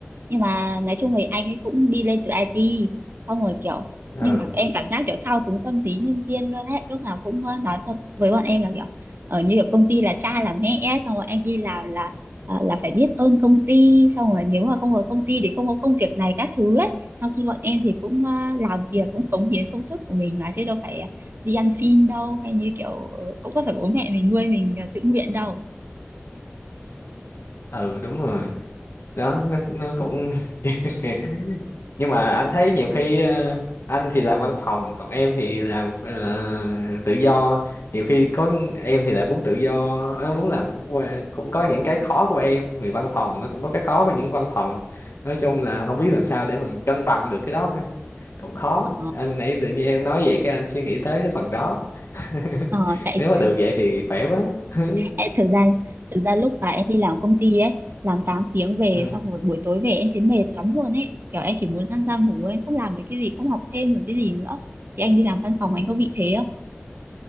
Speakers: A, on the right; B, on the left.
A: Nhưng mà nói chung thì anh ấy cũng đi lên từ IT, xong rồi kiểu
B: ừ
A: nhưng mà em cảm giác kiểu thao túng tâm lý nhân viên luôn ấy, lúc nào cũng ờ, nói con- với bọn em là kiểu ở như kiểu công ty là cha là mẹ ấy, xong rồi anh đi làm là à, là phải biết ơn công ty xong rồi nếu mà không có công ty thì không có công việc này các thứ ấy sau khi bọn em thì cũng ờ, làm việc cũng cống hiến công sức của mình mà chứ đâu phải đi ăn xin đâu hay như kiểu ờ, cũng có phải bố mẹ mình nuôi mình ờ, tự nguyện đâu
B: ừ đúng rồi đó nó nó cũng <laughs> nhưng mà anh thấy nhiều khi ờ, anh thì làm văn phòng còn em thì làm ờ, tự do nhiều khi có em thì lại muốn tự do ờ, muốn làm qua- cũng có những cái khó của em vì văn phòng nó cũng có cái khó của những văn phòng nói chung là không biết làm sao để mình cân bằng được cái đó ha. cũng khó
A: ờ,
B: anh nãy tự nhiên em nói vậy cái anh suy nghĩ tới cái phần đó <laughs>
A: ờ, tại
B: nếu mà được vậy thì khỏe quá <laughs>
A: tại thực ra thực ra lúc mà em đi làm công ty ấy làm 8 tiếng về
B: ừ.
A: xong rồi buổi tối về em thấy mệt lắm luôn ấy kiểu em chỉ muốn lăn ra ngủ em không làm được cái gì không học thêm được cái gì nữa thì anh đi làm văn phòng anh có bị thế không